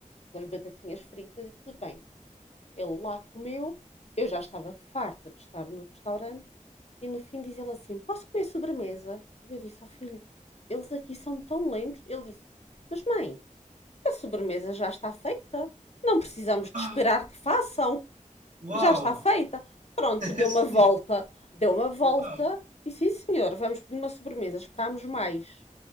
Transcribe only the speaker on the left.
com as batatinhas fritas e tudo bem. Ele lá comeu, eu já estava farta de estar no restaurante e no fim diz ele assim: Posso comer sobremesa? E eu disse ao filho: Eles aqui são tão lentos. Ele disse: Mas mãe, a sobremesa já está feita. Não precisamos de
esperar que façam.
Já está feita. Pronto,
deu
uma volta. Deu uma volta.
E sim, senhor, vamos pedir uma sobremesa. Esperámos mais